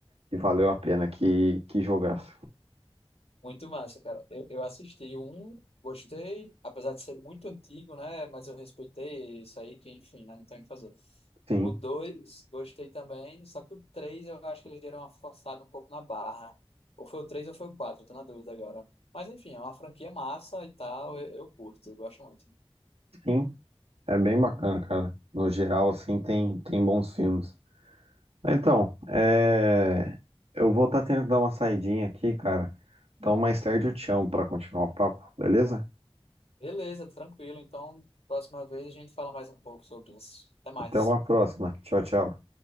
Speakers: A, on the right (about 80°); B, on the left (about 80°).
A: que valeu a pena que, que jogasse.
B: Muito massa, cara. Eu, eu assisti um, gostei, apesar de ser muito antigo, né? Mas eu respeitei isso aí, que enfim, né? Não tem o que fazer.
A: Sim,
B: O dois gostei também, só que o três eu acho que eles deram uma forçada um pouco na barra. Ou foi o três ou foi o quatro tô na dúvida agora. Mas enfim, é uma franquia massa e tal, eu, eu curto, eu gosto muito.
A: sim. É bem bacana, cara. No geral, assim, tem, tem bons filmes. Então, é... eu vou estar tendo que dar uma saidinha aqui, cara. Então, mais tarde eu te chamo para continuar o papo, beleza?
B: Beleza, tranquilo. Então, próxima vez a gente fala mais um pouco sobre isso. Até mais.
A: Até uma próxima. Tchau, tchau.